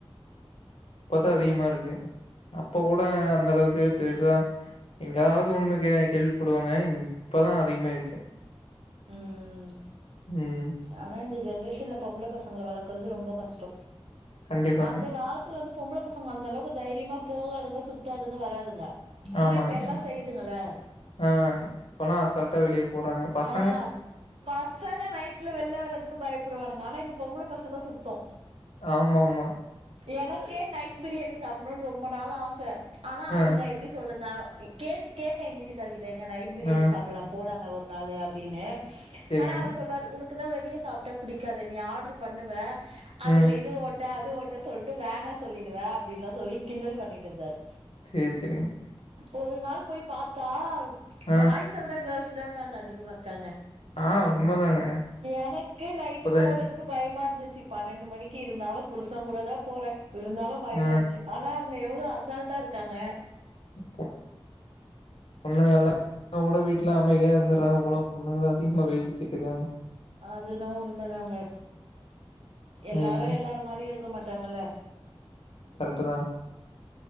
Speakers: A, on the left; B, on the right.
A: இப்பதா அதிகமா இருக்கு அப்ப கூட அந்தளவுக்கு பெருசா எங்காவ்து ஒண்ணு கேள்விப்படுவாங்க இங் இப்பதா அதிகமாயிர் ச்சு
B: ம்
A: ம்.
B: ஆனா இந்த ஜென்ரேஷன்ல பொம்பள பச ங்கள வளக்குறது ரொம்ப கஸ்டொ
A: கண்டிப்பாங்க.
B: அந்த காலத்துல வந்து பொம்பள பச ங்க அந்தளவுக்கு தைரியமா போகாதுங்க சுத்தாதுங்க வராதுங்க ஆனா
A: ஆமாங்க
B: இப்ப எல்லா செய்யுதுங்கல்ல
A: ஆ இப்பொல்லா அசால்ட்டா வெளிய போறாங்க பச
B: ஆ பசங்க நைட்ல வெள்ல வர்றதுக்கு பயப்படுவானுங்க ஆனா இந்த பொம்பள பசங்க சுத்து
A: ஆமாமா.
B: எனக்கே நைட் பிரியாணி சாப்புண்ணோனு ரொம்ப நாள் ஆச ஆனா
A: ஆ,
B: அவனுங்க எப்டி சொல்றது நா கேட்டு கேட்டே எங்க வீட்டுக்காருக்கிட் ட ஏங்க நைட் பிரியாணி
A: ஆ
B: சாப்புல்லா போலாங்க ஒரு நாளு அப்டின்னு
A: சரிங்க.
B: ஆனா அவர் சொல்வாரு உனக் க்குதா வெளிய சாப்ட்டா புடிக்காதே நீ ஆட்ரு பண்ணுவ அதுல
A: ம்.
B: இது ஓட் ட அது ஓட்ட சொல்ட்டு வேணா சொல்லிடுவ அப்டின்லா சொல்லி கிண்டல் பண்ணிட்டு இருந்தாரு
A: சரி, சரிங்க.
B: ஒரு நாள் போய் பாத்தா
A: ஆ,
B: பாய்ஸ உட கேர்ள்ஸ் <unintelligible> அங்க அதிகமாருக்கு ங்க
A: ஆ உண்மதாங்க.
B: எனக்கு நைட்டு
A: இப்பதான்
B: போறதுக்கு பயமா இருந் ச்சி பன்னெண்டு மணிக்கு இருந்தாலு புருசே கூட தா போறே இருந்தாலு பயமான்ச்சு
A: ஆ
B: ஆனா ங்க எவ்ளோ அசால்டாருக்காங்க
A: <unintelligible> பொண்ணுங்க எல்லாம் கூட வீட்டுல அமைதியா இருந்துறாங்க போல பொண்ணுங்க அதிகமா வெளியே சுத்திட்டு இருக்காங்க
B: அதுனா உண்மதாங்க எல்லாரு
A: ம்
B: எல்லார் மாரியு இருக் க மாட்டாங்கள
A: கரெக்ட்டு தான்.